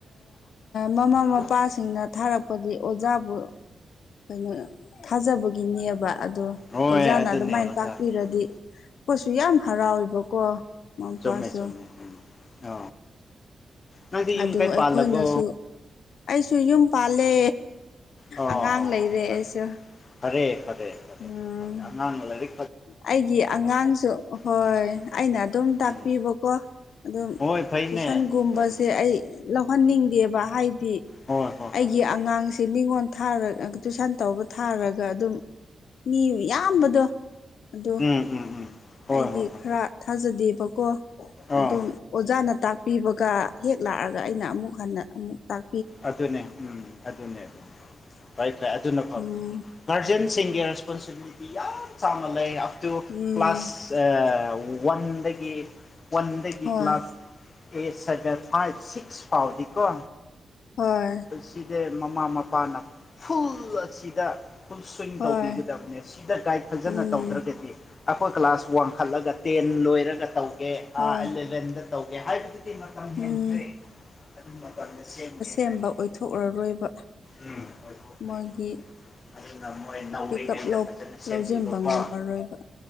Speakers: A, on the left; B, on the left.
A: ꯃꯃꯥ ꯃꯄꯥꯁꯤꯡꯅ ꯊꯥꯔꯛꯄꯗꯤ ꯑꯣꯖꯥꯕꯨ ꯀꯩꯅꯣ ꯊꯥꯖꯕꯒꯤꯅꯦꯕ ꯑꯗꯣ
B: ꯍꯣꯏ
A: ꯑꯣꯖꯥꯅ
B: ꯑꯗꯨꯅꯦ
A: ꯑꯗꯨꯃꯥꯏꯅ
B: ꯑꯣꯖꯥ
A: ꯇꯥꯛꯄꯤꯔꯗꯤ
B: ꯎꯝ
A: ꯑꯩꯈꯣꯏꯁꯨ ꯌꯥꯝ ꯍꯔꯥꯎꯋꯦꯕꯀꯣ ꯃꯃꯥ ꯃꯄꯥꯁꯨ
B: ꯆꯃꯃꯦ ꯆꯣꯃꯃꯦ ꯎꯝ ꯑ ꯅꯪꯗꯤ ꯌꯨꯝ
A: ꯑꯗꯨ
B: ꯀꯥꯏ
A: ꯑꯩꯈꯣꯏꯅꯁꯨ
B: ꯄꯥꯜꯂꯒꯣ
A: ꯑꯩꯁꯨ ꯌꯨꯝ ꯄꯥꯜꯂꯦ
B: ꯑꯣ
A: ꯑꯉꯥꯡ
B: ꯑꯣ
A: ꯂꯩꯔꯦ
B: ꯑꯣ
A: ꯑꯩꯁꯨ
B: ꯐꯔꯦ ꯐꯔꯦ
A: ꯎꯝ
B: ꯑꯅꯥꯥꯡ ꯂꯩ
A: ꯑꯩꯒꯤ ꯑꯉꯥꯡꯁꯨ ꯍꯣꯏ
B: ꯎꯝ
A: ꯑꯩꯅ ꯑꯗꯨꯝ ꯇꯥꯛꯄꯤꯕꯀꯣ
B: ꯎꯝ
A: ꯑꯗꯨꯝ
B: ꯍꯣꯏ ꯐꯩꯅꯦ
A: ꯇꯨꯏꯁꯟ
B: ꯑꯗꯣ
A: ꯒꯨꯝꯕꯁꯦ
B: ꯐꯩꯅꯦ
A: ꯑꯩ ꯂꯧꯍꯟꯅꯤꯡꯗꯦꯕ ꯍꯥꯏꯗꯤ
B: ꯍꯣꯏ ꯍꯣꯏ
A: ꯑꯩꯒꯤ
B: ꯍꯣꯏ ꯎꯝ
A: ꯑꯉꯥꯡꯁꯦ ꯃꯤꯉꯣꯟ ꯊꯥꯔ ꯇꯨꯏꯁꯟ ꯇꯧꯕ ꯊꯥꯔꯒ ꯑꯗꯨꯝ ꯃꯤ ꯌꯥꯝꯕꯗꯣ ꯑꯗꯨ
B: ꯎꯝ ꯎꯝ ꯎꯝ ꯍꯣꯏ
A: ꯑꯩꯗꯤ
B: ꯍꯣꯏ ꯍꯣꯏ
A: ꯈꯔ ꯊꯥꯖꯗꯦꯕꯀꯣ
B: ꯑꯥ
A: ꯑꯗꯨꯝ ꯑꯣꯖꯥꯅ ꯇꯥꯛ ꯄꯤꯕꯒ ꯍꯦꯛ ꯂꯥꯛꯑꯒ ꯑꯩꯅ ꯑꯃꯨꯛ ꯍꯟꯅ ꯑꯃꯨꯛ ꯇꯥꯛ
B: ꯑꯗꯨꯅꯦ ꯎꯝ ꯑꯗꯨꯅꯦ ꯑꯗꯨꯅꯦ ꯎꯝ ꯐꯔ ꯐꯔꯦ ꯑꯗꯨꯅ ꯐꯕꯅꯤ
A: ꯎꯝ
B: ꯒꯥꯔꯖꯤꯦꯟꯁꯤꯡꯒꯤ ꯔꯦꯁꯄꯣꯟꯁꯤꯕꯤꯂꯤꯇꯤ ꯌꯥꯝ ꯆꯥꯎꯅ ꯂꯩ ꯑꯞꯇꯨ
A: ꯎꯝ
B: ꯀ꯭ꯂꯥꯁ ꯋꯥꯟꯗꯒꯤ ꯋꯥꯟꯗꯒꯤ
A: ꯍꯣꯏ
B: ꯀ꯭ꯂꯥꯁ ꯑꯦꯠ ꯁꯗꯦ ꯐꯥꯏꯚ ꯁꯤꯛꯁ ꯐꯥꯎꯅꯤꯀꯣ
A: ꯍꯣꯏ
B: ꯑꯁꯤꯗꯦ ꯃꯃꯥ ꯃꯄꯥꯅ ꯐꯨꯜ ꯑꯁꯤꯗ ꯐꯨꯜ ꯁ꯭ꯋꯤꯡ
A: ꯍꯣꯏ
B: ꯇꯧꯕꯤꯒꯗꯕꯅꯦ ꯁꯤꯗ ꯒꯥꯏꯗ ꯐꯖꯅ
A: ꯎꯝ
B: ꯇꯧꯗ꯭ꯔꯒꯗꯤ ꯑꯩꯈꯣꯏ ꯀ꯭ꯂꯥꯁ ꯋꯥꯡꯈꯠꯂꯒ ꯇꯦꯟ ꯂꯣꯏꯔꯒ ꯇꯧꯒꯦ
A: ꯍꯣꯏ
B: ꯑꯦꯂꯚꯦꯟꯗ ꯇꯧꯒꯦ ꯍꯥꯏꯕꯗꯤ ꯤ ꯃꯇꯝ
A: ꯎꯝ
B: ꯍꯦꯟꯈ꯭ꯔꯦ ꯑꯗꯨꯝ ꯃꯇꯝꯗ ꯁꯦꯝꯒꯦ
A: ꯑ ꯁꯦꯝꯦꯝꯕ
B: ꯍꯥꯏꯔꯗꯤ
A: ꯑꯣꯏꯊꯣꯛꯂꯔꯣꯏꯕ
B: ꯎꯝ ꯑꯣꯏꯊꯣꯛꯈ꯭ꯔꯦ
A: ꯃꯣꯏꯒꯤ
B: ꯑꯗꯨꯅ ꯃꯣꯏ ꯅꯧꯔꯤꯉꯩꯗ
A: ꯄꯤꯀꯞ ꯂꯧ
B: ꯐꯖꯅ ꯁꯦꯝꯕꯤꯕꯀꯣ
A: ꯂꯧꯁꯤꯟꯕ ꯉꯝꯃꯔꯣꯏꯕ